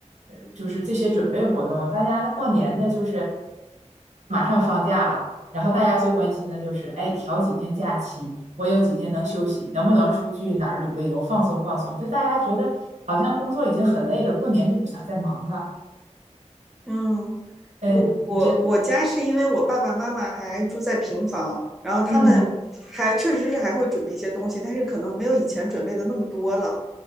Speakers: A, on the right (about 70°); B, in the centre.
A: 呃，就是这些准备活动。大家的过年的就是马上放假了，然后大家最关心的就是，哎，调几天假期，我有几天能休息，能不能出去哪儿旅个游放松放松？就大家觉得好像工作已经很累了，过年就不想再忙了。
B: 嗯，
A: 嗯，
B: 我我我家是因为我爸爸妈妈还住在平房，
A: 你这
B: 然后他们还确实是还会准备一些东西，
A: 嗯。
B: 但是可能没有以前准备的那么多了。